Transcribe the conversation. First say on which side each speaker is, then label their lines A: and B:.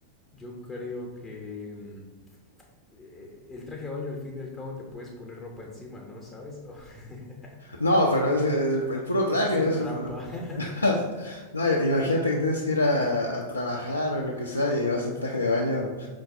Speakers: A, on the left; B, on the left.
A: yo creo que mm, eh, el traje de baño al fin y al cabo te puedes poner ropa encima, ¿no? ¿Sabes? <laughs> O- <laughs>
B: No, pero es el, el puro traje,
A: es hacer
B: es...
A: trampa. <laughs>
B: <laughs> No, imagínate que tienes que ir a, a trabajar o lo que sea y vas en traje de baño